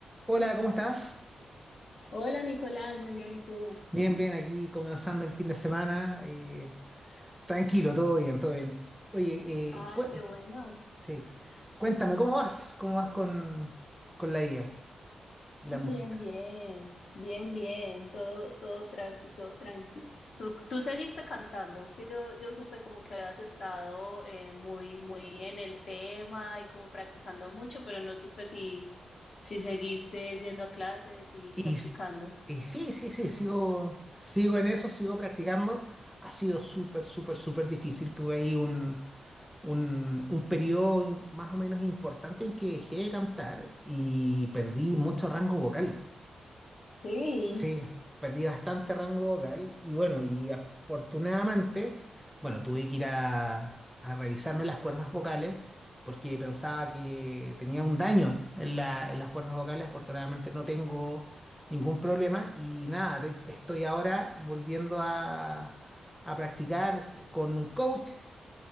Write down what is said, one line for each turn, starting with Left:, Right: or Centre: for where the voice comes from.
Centre: Hola, ¿cómo estás?
Left: Hola Nicolás, muy bien, ¿y tú?
Centre: Bien, bien, aquí comenzando el fin de semana. eh, tranquilo, todo bien, todo bien. Oye,
Left: Ah,
Centre: eh, cuen-
Left: qué bueno.
Centre: sí. Cuéntame, ¿cómo vas? ¿Cómo vas con, con la IA y la
Left: Bien,
Centre: música?
Left: bien, bien, bien, todo, todo tranqui, todo tranqui. Tú, tú seguiste cantando, es que yo, yo supe como que habías estado eh, muy, muy en el tema y como practicando mucho, pero no supe si, si seguiste yendo a clases y
Centre: Y,
Left: practicando.
Centre: s- y sí, sí, sí, sigo, sigo en eso, sigo practicando. Ha sido súper, súper, súper difícil. Tuve ahí un, un, un periodo in- más o menos importante en que dejé de cantar y perdí mucho rango vocal.
Left: Sí,
Centre: Sí, perdí bastante rango vocal y bueno, y afortunadamente, bueno, tuve que ir a, a revisarme las cuerdas vocales porque pensaba que tenía un daño en la- en las cuerdas vocales. Afortunadamente no tengo ningún problema y nada, te- estoy ahora volviendo a, a practicar con un coach